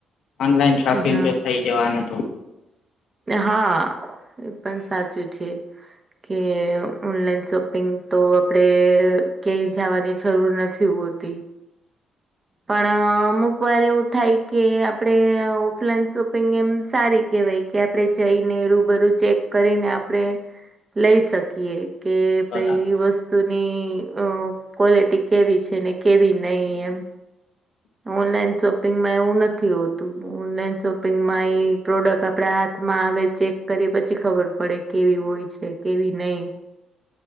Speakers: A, on the left; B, on the right.
A: ઓનલાઈન શોપિંગ
B: હા
A: જો થઈ જવાનું તો
B: હા એ પણ સાચું છે. કે ઓનલાઈન શોપિંગ તો આપણેે ક્યાંય જવાની જરૂર નથી. થી હોતી. પણ અમુક વાર એવું થાય કે આપડે ઓફલાઈન શોપિંગ એમ સારી કેવાય કે આપડણે જઈને, રૂબરું ચેક કરીને આપણેે લઈ શકીએ કે
A: બરાબર
B: ભાઈ વસ્ત વસ્તુની અ ક્વોલિટી કેવી છે ને કેવી નહી એમ ઓનલાઈન શોપિંગમાં એવું નથી હોતું ઓનલાઈન શોપિંગમાં એ પ્રોડક્ટ આ આપડા હાથમાં આવે ચેક કરી પછી, ખબર પડે કેવી હોય છે. કેવી નહી